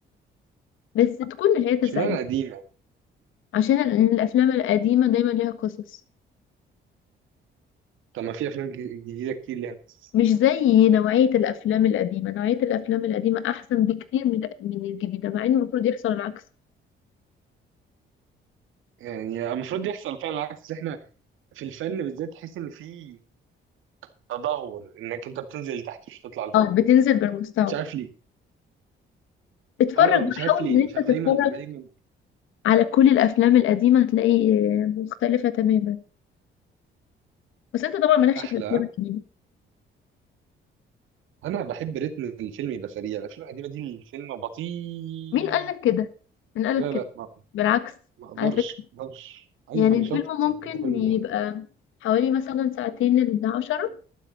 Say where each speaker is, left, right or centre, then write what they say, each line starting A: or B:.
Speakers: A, on the left (about 80°); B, on the right (about 80°).
A: بس تكون نهايتها
B: اشمعنى
A: سعيده
B: قديمة؟
A: عشان ال- الافلام القديمه دايما ليها قصص
B: طب ما في أفلام ج- جديدة كتير ليها قصص
A: مش زي نوعية الأفلام القديمة نوعية الأفلام القديمة أحسن بكتير من من الجديدة مع إن المفروض يحصل العكس
B: يعني المفروض يحصل فعلا العكس إحنا في الفن بالذات تحس إن في تدهور إنك أنت بتنزل لتحت مش بتطلع لفوق
A: أو بتنزل بالمستوى
B: مش عارف ليه
A: اتفرج
B: آه مش
A: وحاول
B: عارف ليه
A: إن أنت
B: مش عارف دايما
A: تتفرج
B: دايما
A: على كل الأفلام القديمة هتلاقي آه، مختلفة تماما بس أنت طبعا مالكش
B: أحلى
A: في الأفلام القديمة
B: أنا بحب رتم الفيلم يبقى سريع الأفلام القديمة دي الفيلم بطيء
A: مين قالك كده؟ مين قالك
B: لا
A: كده؟
B: لا ما
A: بالعكس
B: ما أقدرش
A: على فكرة
B: ما أقدرش أيوة
A: يعني
B: ما أنا
A: الفيلم
B: شفت شفت
A: ممكن
B: فيلم.
A: يبقى حوالي مثلا ساعتين إلى عشرة